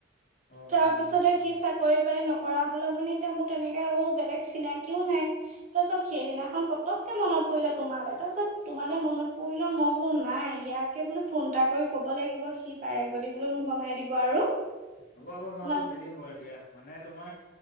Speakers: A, on the left; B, on the right.
A: অ
B: তাৰপিছতে
A: অ অ
B: সি চাকৰি পাই ন কৰা হ'লত মানে এতিয়া মোৰ তেনেককাে আৰু বেলেগ চিনাকিও নাই তাৰ পাছত সেইদিনাখন পতককে মনত পৰিলে তোমালে তাৰ পপিছত তোমালে মনত পৰিল মই বোলো নাই ইয়াকে বোল ফোন এটা কৰি ক'ব লাগিব সি পাৰে যদি বোলো মোক বনাই দিব আৰু।
A: হ'ব হব মইটো
B: ইমান
A: কৰিদিম বাৰু দিয়া মানে তোমাৰ